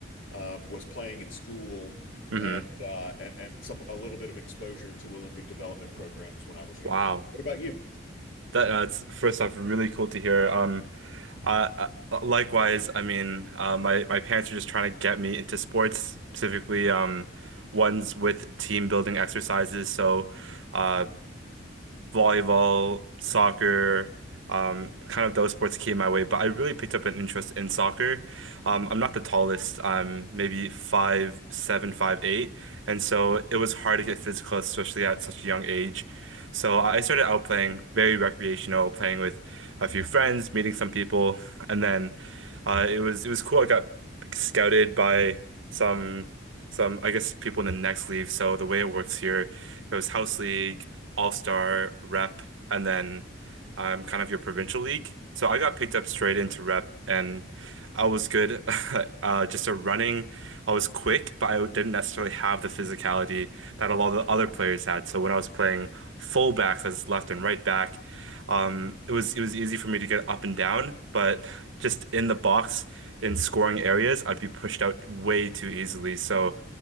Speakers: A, on the left; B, on the right.
A: um, was playing in school
B: hmm
A: and uh, and and some a little bit of exposure to Olympic development programs when I was younger.
B: Wow.
A: What about you?
B: That, uh, it's first off really cool to hear. Um, uh, uh, likewise, I mean, uh, my my parents are just trying to get me into sports, specifically um, ones with team building exercises. So, uh, volleyball, soccer, um, kind of those sports came my way, but I really picked up an interest in soccer. Um, I'm not the tallest. I'm maybe five, seven, five, eight, and so it was hard to get physical, especially at such a young age. So I I started out playing very recreational, playing with a few friends, meeting some people, and then uh, it was it was cool. I got scouted by some some I guess people in the next league. So the way it works here, it was house league all-star rep and then um, kind of your provincial league. So I got picked up straight into rep and I was good <laughs> uh, just a running. I was quick, but I didn't necessarily have the physicality that a lot of the other players had. So when I was playing fullbacks as left and right back, um, it was it was easy for me to get up and down, but just in the box in scoring areas, I'd be pushed out way too easily. So,